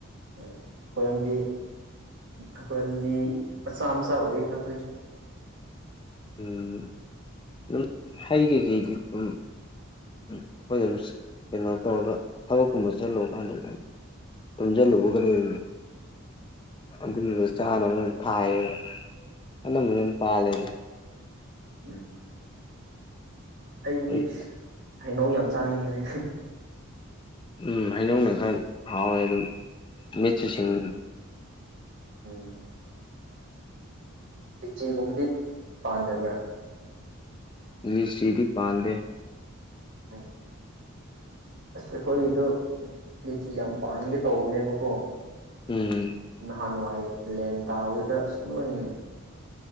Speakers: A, on the right; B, on the left.
A: ꯑꯣ ꯈꯣꯏꯔꯣꯝꯗꯤ ꯑꯩꯈꯣꯏꯑꯝꯗꯤ ꯃꯆꯥ ꯃꯆꯥ ꯑꯣꯏꯌꯦ ꯑꯈꯣꯏꯁꯨ
B: ꯎꯝ ꯑꯗꯨꯝ ꯍꯩ ꯀꯩ ꯀꯩꯗꯤ ꯑꯗꯨꯝ ꯑꯩꯈꯣꯏꯗ ꯑꯗꯨꯝ ꯀꯩꯅꯣ ꯇꯧꯔꯒ ꯊꯕꯛꯀꯨꯝꯕ ꯆꯠꯂꯨꯕꯀꯥꯟꯗ ꯑꯗꯨꯝ ꯇꯨꯝꯁꯤꯜꯂꯨꯕ ꯀꯗꯧꯅꯣ ꯑꯗꯨꯗꯨꯅ ꯆꯥꯅꯕ ꯌꯥꯝ ꯊꯥꯏꯌꯦ ꯑꯅꯝꯕꯅ ꯄꯥꯜꯂꯦꯗ
A: ꯎꯝ ꯑꯩꯕꯨꯗꯤ
B: ꯑꯩ
A: ꯍꯩꯅꯧ ꯌꯥꯝ ꯆꯥꯅꯤꯡꯉꯤꯅꯦ
B: ꯎꯝ ꯍꯩꯅꯧꯅ ꯈꯔ ꯍꯥꯎꯋꯦ ꯑꯗꯨꯝ ꯃꯤꯠꯁꯨ ꯁꯤꯡ
A: ꯎꯝ ꯂꯤꯕꯤꯆꯤꯒꯨꯝꯕꯗꯤ ꯄꯥꯟꯗꯕ꯭ꯔꯥ
B: ꯂꯤꯆꯤꯗꯤ ꯄꯥꯟꯗꯦ
A: ꯎꯝ ꯑꯁ ꯑꯩꯈꯣꯏꯒꯤꯗꯣ ꯂꯤꯆꯤ ꯌꯥꯝ ꯄꯥꯟꯒꯦ ꯇꯧꯕꯅꯦꯕꯀꯣ
B: ꯎꯝ
A: ꯅꯍꯥꯟꯋꯥꯏ ꯂꯦꯟ ꯇꯥꯕꯗꯨꯗ ꯑꯁ ꯂꯣꯏ